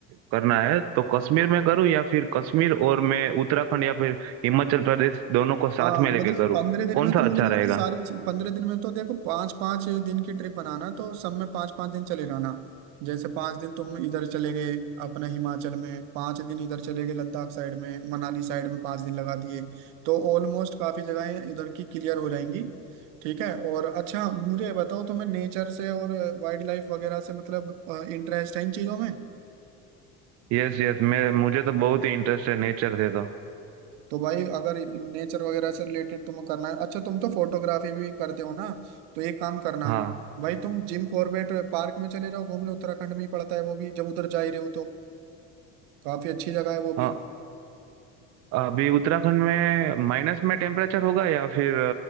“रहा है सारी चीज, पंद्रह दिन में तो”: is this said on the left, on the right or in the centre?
Right